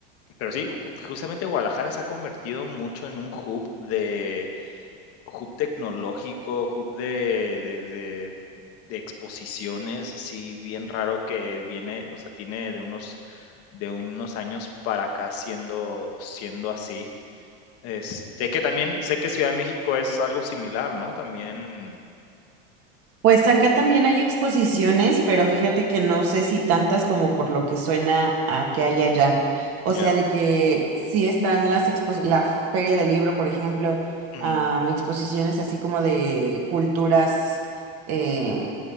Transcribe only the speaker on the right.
Pues acá también hay exposiciones, pero fíjate que no sé si tantas como por lo que suena a que hay allá. O
sea, de que sí están las expos la Feria del Libro, por ejemplo,
am, exposiciones así como de culturas. eh,